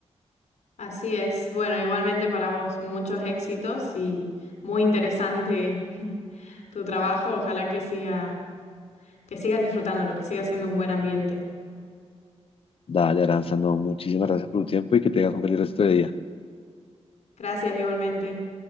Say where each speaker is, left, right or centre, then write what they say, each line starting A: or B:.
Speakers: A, on the left (about 85°); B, on the left (about 55°).
A: Así es. Bueno, igualmente para vos muchos éxitos y muy interesante <laughs> tu trabajo. Ojalá que siga. Que sigas disfrutando, lo que siga siendo un buen ambiente.
B: Dale, Aranza, no, muchísimas gracias por tu tiempo y que tengas un feliz resto de día.
A: Gracias igualmente.